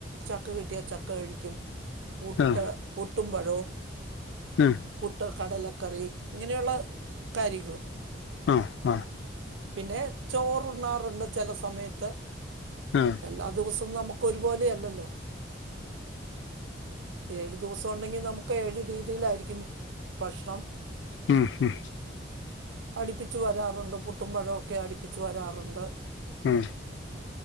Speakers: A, on the right; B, on the left.
A: ചക്ക കിട്ടിയാ ചക്ക കഴിക്കും പുട്ട്
B: ആ
A: പൂട്ടും പഴവും
B: ഉം
A: പുട്ട് കടല കറി ഇങ്ങനെയുള്ള കാര്യങ്ങൾ
B: ആഹ് ആഹ്
A: പിന്നെ ചോറണ്ണാറുണ്ട് ചില സമയത്ത്
B: ആ
A: എല്ലാ ദിവസവും നമുക്ക് ഒരുപോലെ അല്ലല്ലോ ഏഴു ദിവസം ഉണ്ടെങ്കിൽ നമുക്ക് ഏഴു രീതിയിലായിരിക്കും ഭക്ഷണം
B: മ്മ്ഹ് മ്മ്ഹ്
A: അടിപ്പിച്ചു വരാറുണ്ട് പു ട്ടും പഴമൊക്കെ അടിപ്പിച്ചു വരാറുണ്ട്
B: ഉം.